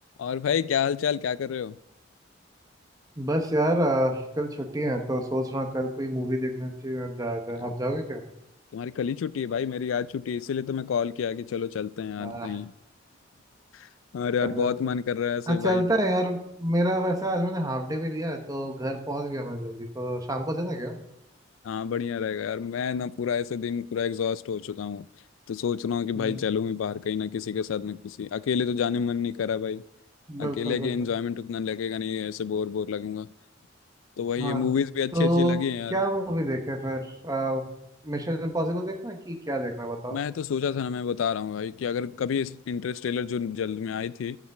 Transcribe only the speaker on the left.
और भाई क्या हाल चाल क्या कर रहे हो
अरे,
तुम्हारी कल ही छुट्टी है भाई मेरी आज छुट्टी है इसीलिए तो मैं कॉल किया कि चलो चलते हैं यार
कहीं <laughs> और यार
बहुत
मन कर रहा है ऐसे
भाई
हाँ बढ़िया रहेगा यार मैं ना पूरा ऐसे दिन पूरा एग्जॉस्ट हो चुका हूँ तो सोच रहा हूँ कि भाई
चलूँ ही बाहर कहीं ना किसी के साथ ना किसी अकेले तो जाने मन नहीं करा भाई अकेले
के
एंजॉयमेंट उतना लगेगा नहीं ऐसे बोर बोर लगूंगा तो वही
ये मूवीज भी अच्छी
अच्छी लगी हैं यार
मैं तो सोचा था ना मैं बता रहा हूँ भाई कि अगर कभी इस इंटरस्टेलर जो जल्द में आई थी